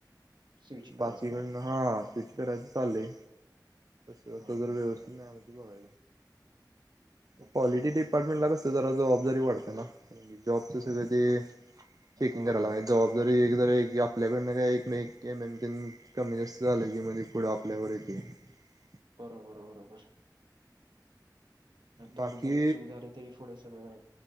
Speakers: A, on the right; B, on the right.
A: स्विच करायचं
B: बाकी
A: का?
B: <unintelligible> करायचं चाललंय. आता
A: हं
B: तर
A: हं
B: व्यवस्थित
A: हं.
B: नाही
A: ओके
B: <inaudible> पॉलिटी डिपार्टमेंटला आता जरा जबाबदारी वाढतीय ना कारण जॉबचं सगळं ते चेकिंग
A: होय.
B: करायला जबाबदारी आपल्याकडनं का एक एम - एम तेनं कमी जास्त झालं की म्हणजे पुढं आपल्यावर येथे -
A: बरोबर -बरोबर
B: बाकी
A: थोडी जरी चूक झाली तरी पुढं सगळं